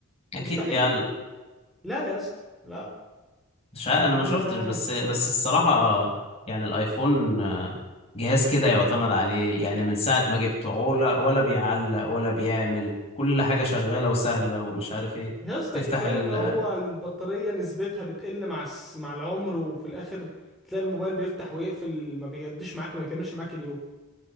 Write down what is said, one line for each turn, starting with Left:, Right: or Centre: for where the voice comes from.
Left: اكيد
Centre: مستحيل
Left: بيعلق
Centre: لا يا اسطى لا
Left: مش عارف انا ما
Centre: انا
Left: شفتش بس بس الصراحة يعني الايفون آه، جهاز كده يعتمد عليه يعني من ساعة ما جبته عولة ولا بيعلق ولا بيعمل كل حاجة شغالة وسهلة ومش عارف ايه
Centre: يا اسطى
Left: تفتح
Centre: كفايه
Left: ال...
Centre: ان هو البطاريه نسبتها بتقل مع الس... مع العمر وفي الاخر تلاقي الموبايل بيفتح ويقفل ما بيقضيش معاك ما بيكملش معاك اليوم